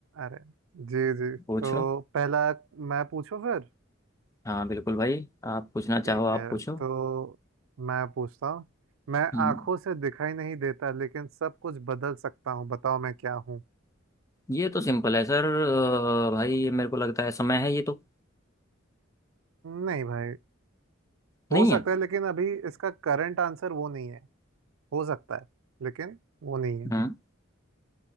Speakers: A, on the right; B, on the left.
A: अरे जी जी तो
B: पूछो
A: पहला मैं पूछूं फिर
B: हाँ बिल्कुल भाई आप पूछना चाहो
A: ठीक
B: आप
A: है
B: पूछो
A: तो मैं पूछता हूँ मैं
B: हम्म,
A: आंखों से दिखाई नहीं देता लेकिन सब कुछ बदल सकता हूँ बताओ मैं क्या हूँ
B: ये तो सिंपल है सर अ, भाई ये मेरे को लगता है समय है ये तो
A: नहीं भाई
B: नहीं
A: हो सकता
B: है
A: है लेकिन अभी इसका करंट आंसर वो नहीं है हो सकता है लेकिन वो नहीं है अभी
B: हम्म